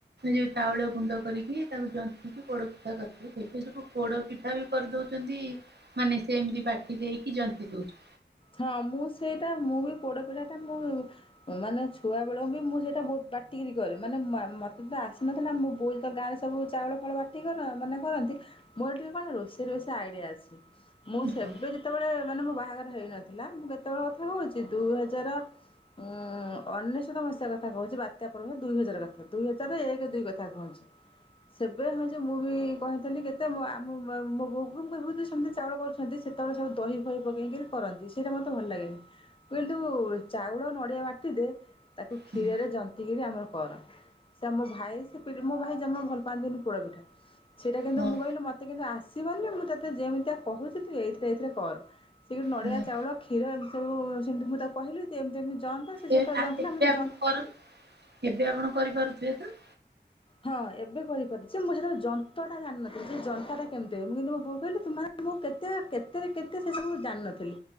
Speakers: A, on the right; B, on the left.
A: ଯଉ ଚାଉଳ ଗୁଣ୍ଡ କରିକି ତାକୁ ଜନ୍ତିକି ପୋଡ ପିଠା କରିଦୁ ସେଠ ସବୁ ପୋଡ ପିଠା ବି କରିଦଉଛି। ମାନେ ସେ ଏମିତି ବାଟି ଦେଇକି ଜନ୍ତି ଦଉଛି
B: ହଁ ମୁଁ ସେଇଟା ମୁଁ ବି ପୋଡ଼ପିଠା ଟା ମୁଁ ମାନେ ଛୁଆ ବେଳକୁ ବି ମୁଁ ସେଇଟା ବହୁତ ବାଟିକିରି କରେ ମାନେ ମତେ ତ ଆସିନଥିଲା ମୁଁ ବହୁତ ତ ଗାଁରେ ସବୁ ଚାଉଳ ଫଳ ବାଟି କର ମାନେ କରନ୍ତି ମୋର ଟିକେ କଣ ରୋଷେଇ ରୋଷେଇ ଆଇଡିଆ ଅଛି। ମୁଁ ସେବେ
A: ହଁ
B: ଯେତେବେଳେ ମାନେ ମୋ ବାହାଘର ହେଇନଥିଲା ମୁଁ କେତେବେଳେ କଥା କହୁଛି ଦୁଇ ହଜାର ଉଁ ଅନେଶ ମସି୍ୟା କଥା କହୁଛି ବାତ୍ୟା ପର୍ବ ଦୁଇ ହଜାର କଥା ଦୁଇ ହଜାର ଏକ ଦୁଇ କଥା କହୁଛି ସେବେ ହଁ ଯେ ମୁଁ ବି କହି ତଲେ କେତେ ଆମ ମୋ ବୋଗ କିବହୁତ ସମସ୍ତେ ଚାଉଳ କରୁଛନ୍ତି ସେତେବେଳେ ସବୁ ଦହି ଫହି ପକେଇକି କରନ୍ତି। ସେଇଟା ମତେ ଭଲ ଲାଗେନି କିନ୍ତୁ ଚାଉଳ ନଡ଼ିଆ ବାଟିଦେ ତାକୁ କ୍ଷୀରରେ
A: ହଁ
B: ଜନ୍ତିିକିରି ଆମର କର ସେ ଆମ ଭାଇ ସେ ମୋ ଭାଇ ଭଲ ପାଆନ୍ତିିନନି ପୋଡ ପିଠା ସେଇଟା କିନ୍ତୁ
A: ହଁ।
B: ମୁଁ କିଲି ମତେ କିନ୍ତୁ ଆ <unintelligible> ମୁଁ ତତେ ଯେମିତିଆ କୋହୁଚି ତୁ ଏଇଥିରେ ଏଇଥିରେ କର ସେ କିନ୍ତୁ ନଡିଆ
A: ହଁ।
B: ଖିର ଏମିତି ସବୁ ସେମିତି ମୁଁ ତାକୁ କହିଲି ତୁ ଏମତି ଏମିତି ଜନ୍ତା ସେ
A: ଏବେ
B: ସେଟା ଜନ୍ତିଲା ମୋତେ
A: ଆପଣ
B: ଜନ୍ତା
A: କର ଏବେ ଆପଣ କରିପାରୁଥିବେ ତ?
B: ହଁ ଏବେ କରିପାରୁଚି ମୁଁ ସେତଳେ ଯନ୍ତଟା ଜାଣିନଥିଲି ସେ ଯନ୍ତାଟା କେମିତି ମୁଁ କିନ୍ତୁ ମୋ ବୋଉ କହିଲି ତୁମ ମୁଁ କେତେ କେତେରେ କେତେ ସେଟା ମୁଁ ଜାଣିନଥିଲି